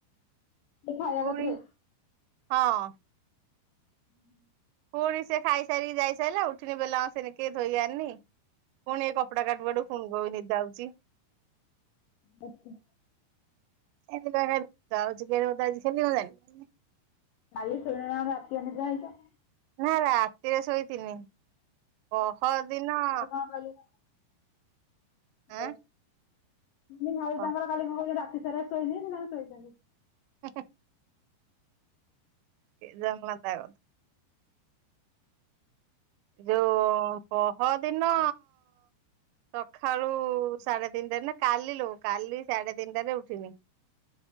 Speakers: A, on the left (about 80°); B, on the right (about 85°).
A: ଏ ଖାଇବା
B: ହ
A: କତିରେ
B: ବି ହଁ।
A: ହୁଁ।
B: ପୁଣି ସେ ଖାଇସାରିକି ଯାଇସାରିଲା ଉଠିଲି ବେଲା ସେନ କେ ଧୋଇ ଆରିନି ପୁଣି କ କପଡା କାଟୁ କାଟୁ ଫୁନ୍ କୋ ନିଦ ଆଉଚି।
A: ଦେଖେ
B: ସେ ଆଉ ଆ ଖେଲି <unintelligible>
A: କାଲି ସୋଇନ ନା କଣ ରାତି ଅନିଦ୍ରା ହେଇଚ।
B: ନା ରାତିରେ ଶୋଇଥିନି ପହର ଦିନ
A: ଭ <unintelligible> ହଉ
B: ଆଁ
A: ମୁ ଭାଉଜ
B: କ
A: ଆମର କାଲି କଣ କ ରାତି ସାରା ଶୋଇନି ନା ଶୋଇଚନ୍ତି।
B: ହ <unintelligible> ଜଙ୍ଗଲ ତ ଆ <unintelligible> ଯୋଉ ପହଦିନ ସକାଳୁ ସାଢେ ତିନିଟାରେ ନା କାଲି ଲୋ କାଲି ସାଢେ ତିନିଟାରେ ଉଠିନି